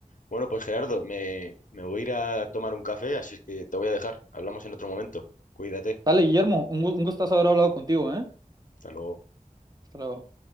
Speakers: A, on the left; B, on the right.
A: Bueno, pues Gerardo, me, me voy a ir a tomar un café, así es que te voy a dejar. Hablamos en otro momento. Cuídate.
B: Dale, Guillermo, un, gu- un gustazo haber hablado contigo, ¿eh?
A: Hasta luego.
B: Hasta luego.